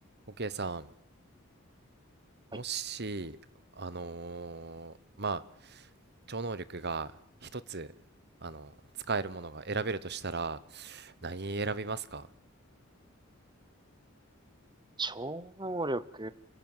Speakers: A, on the right; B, on the right.
A: OK さん、もし、
B: はい、
A: あのーまあ、超能力が一つ、あのー使えるものが選べるとしたら、何選びますか
B: 超能力、